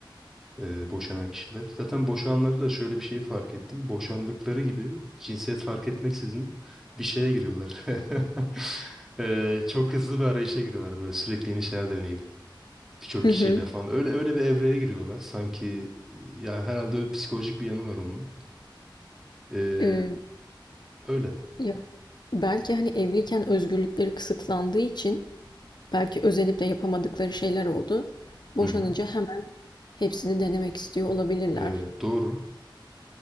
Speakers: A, in the centre; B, on the left (about 60°).
A: e, boşanan kişiler. Zaten boşananları da şöyle bir şeyi fark ettim. Boşandıkları gibi cinsiyet fark etmeksizin bir şeye giriyorlar. <laughs> E, çok hızlı bir arayışa giriyorlar böyle sürekli yeni şeyler deneyim. Birçok
B: Hı
A: kişiyle
B: hı.
A: falan. Öyle öyle bir evreye giriyorlar. Sanki e, ya herhalde öyle psikolojik bir yanı var onun. E,
B: E,
A: öyle.
B: ya Belki hani evliyken özgürlükleri kısıtlandığı için belki özenip de yapamadıkları şeyler oldu. Boşanınca
A: Hı hı.
B: hemen hepsini denemek istiyor olabilirler.
A: E, doğru.